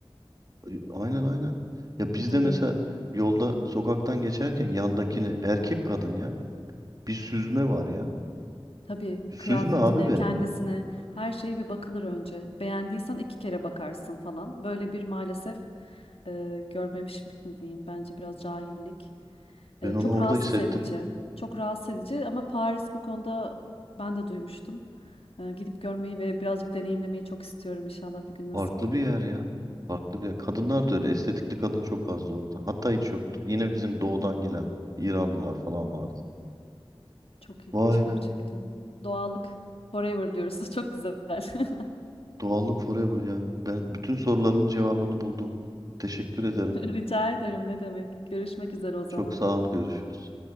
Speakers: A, on the right (about 40°); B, on the left (about 80°).
A: E, Aynen aynen. Ya bizde
B: Yani
A: mesela yolda sokaktan geçerken yandakini erkek kadın ya bir süzme var ya.
B: tabii
A: Süzme
B: kıyafetine,
A: abi beni.
B: kendisine her şey bir bakılır önce. Beğendiysen iki kere bakarsın falan. Böyle bir maalesef e, görmemişlik mi diyeyim? Bence biraz cahillik.
A: Ben
B: E,
A: onu
B: çok
A: orada
B: rahatsız
A: hissettim.
B: edici. Çok rahatsız edici ama Paris bu konuda ben de duymuştum. E, gidip görmeyi ve birazcık deneyimlemeyi çok istiyorum. İnşallah bir gün nasip
A: Farklı
B: olur.
A: bir yer ya. Farklı bir yer. Kadınlar da öyle. Estetikli kadın çok azdı orada. Hatta hiç yoktu. Yine bizim doğudan gelen İranlılar falan vardı.
B: Çok ilginç
A: Vay
B: gerçekten.
A: be.
B: Doğallık. Forever diyoruz. <laughs> Çok güzel. <laughs>
A: Doğallık forever ya. Ben bütün sorularımın cevabını buldum. Teşekkür ederim.
B: Rica ederim. Ne demek? Görüşmek üzere o zaman.
A: Çok sağ ol. Görüşürüz.